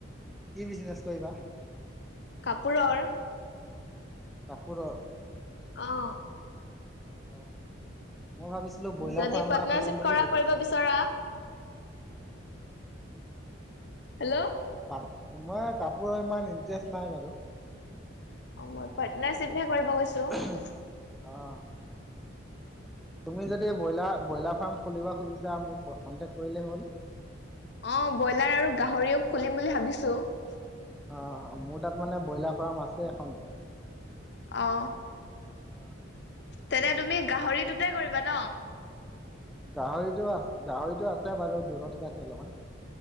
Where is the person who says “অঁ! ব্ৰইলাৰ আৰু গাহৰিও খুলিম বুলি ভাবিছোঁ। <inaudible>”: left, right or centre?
Left